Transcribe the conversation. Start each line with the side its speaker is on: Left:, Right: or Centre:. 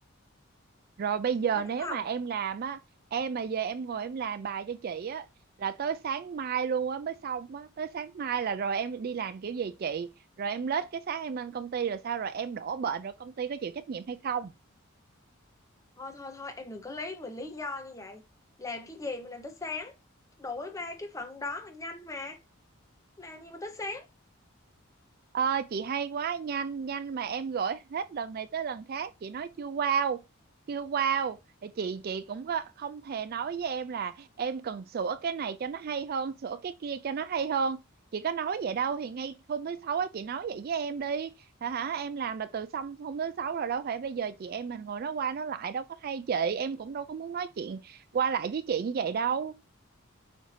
Right: Rồi bây giờ
Left: nghĩ đúng
Right: nếu
Left: không
Right: mà em làm á, em mà về em ngồi em làm bài cho chị á là tới sáng mai luôn á mới xong á, tới sáng mai là rồi em đi làm kiểu gì chị? Rồi em lết cái sáng em lên công ty rồi sao rồi em đổ bệnh rồi công ty có chịu trách nhiệm hay không?
Left: thôi thôi thôi em đừng có lấy mình lý do như vậy làm cái gì mà làm tới sáng đổi ba cái phận đó mà nhanh mà làm gì mà tới sáng
Right: Ờ, chị hay quá nhanh nhanh mà em gửi hết lần này tới lần khác chị nói chưa wow chưa wow Thì chị chị cũng có, không thể nói với em là em cần sửa cái này cho nó hay hơn sửa cái kia cho nó hay hơn chị có nói vậy đâu thì ngay hôm thứ sáu á chị nói vậy với em đi hả hả em làm là từ xong hôm thứ sáu rồi đâu phải bây giờ chị em mình ngồi nói qua nói lại đâu có hay chị em cũng đâu có muốn nói chuyện qua lại với chị như vậy đâu